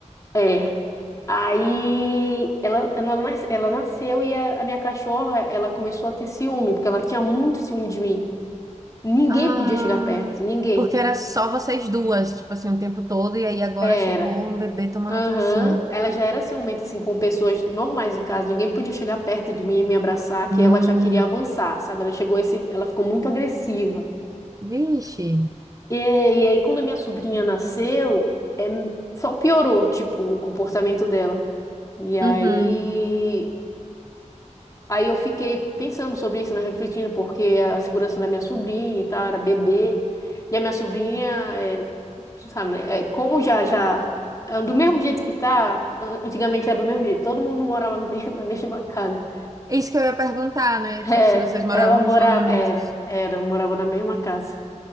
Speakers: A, on the left (about 25°); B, on the right (about 30°).
A: É. Aí ela, ela, nas- ela nasceu e a, a minha cachorra, ela começou a ter ciúme, porque ela tinha muito ciúme de mim. Ninguém
B: Ah,
A: podia chegar perto, ninguém.
B: porque era só vocês duas, tipo assim, o tempo todo, e aí agora
A: Era.
B: chegou um bebê tomando
A: Aham,
B: atenção.
A: Ela já era ciumenta, assim, com pessoas normais em casa. Ninguém podia chegar perto de mim e me abraçar, que
B: Hum.
A: ela já queria avançar, sabe? Ela chegou esse, ela ficou muito agressiva.
B: Vixe.
A: E, e aí, quando a minha sobrinha nasceu, é, só piorou, tipo, o comportamento dela. E aí,
B: Uhum.
A: Aí eu fiquei pensando sobre isso, né, refletindo, porque a segurança da minha sobrinha e tal, era bebê. E a minha sobrinha, é, tu sabe, né, é, como já, já, é, do mesmo jeito que tá, an- antigamente era do mesmo jeito, todo mundo morava <laughs> na mesma casa.
B: É Isso que eu ia perguntar, né?
A: É,
B: Tipo, se vocês moravam
A: ela morava,
B: juntos.
A: era, era, morava na mesma casa.